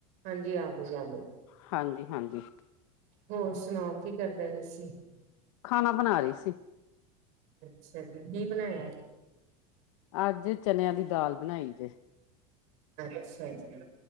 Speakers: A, on the right (about 40°); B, on the left (about 60°).
A: ਹਾਂਜੀ ਆ ਗਈ- ਆ ਗਈ।
B: ਹ ਹਾਂਜੀ-ਹਾਂਜੀ।
A: ਹੋਰ ਸੁਣਾਓ ਕੀ ਕਰਦੇ ਪਏ ਸੀ।
B: ਖਾਣਾ ਬਣਾ ਰਈ ਸੀ।
A: ਅੱਛਾ ਜੀ, ਕੀ ਬਣਾਇਆ?
B: ਅੱਜ ਚਨਿਆਂ ਦੀ ਦਾਲ ਬਣਾਈ ਜੇ।
A: ਅੱਛਾ ਜੀ,